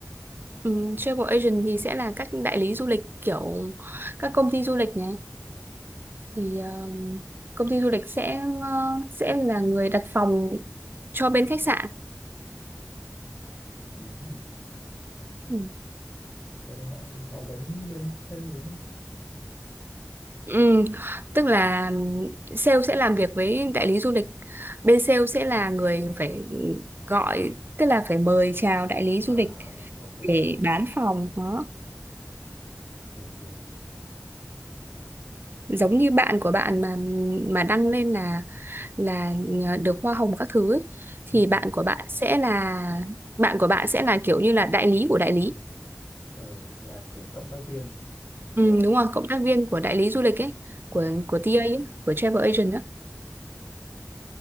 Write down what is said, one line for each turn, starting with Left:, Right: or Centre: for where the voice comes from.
Right: ừ, travel agent thì sẽ là các đại lý du lịch kiểu các công ty du lịch này thì ờ, công ty du lịch sẽ ờ, sẽ là người đặt phòng cho bên khách sạn
Left: ừ. hừ.
Right: ừ.
Left: thế họ họ giống bên sale đúng không
Right: Ừ, tức là sale sẽ làm việc với đại lý du lịch. Bên sale sẽ là người phải gọi, tức là phải mời chào đại lý
Left: à,
Right: du lịch
Left: à ok
Right: để
Left: ok
Right: bán phòng đó.
Left: hiểu hiểu
Right: Giống như bạn của bạn mà mà đăng lên là là được hoa hồng các thứ ấy, thì
Left: ừ.
Right: bạn của bạn sẽ là bạn của bạn sẽ là kiểu như là đại lý của đại lý.
Left: ờ, là kiểu cộng tác viên
Right: Ừ,
Left: của
Right: đúng rồi, cộng tác viên của đại lý du lịch ấy,
Left: ừ.
Right: của của TA ấy, của travel agent á.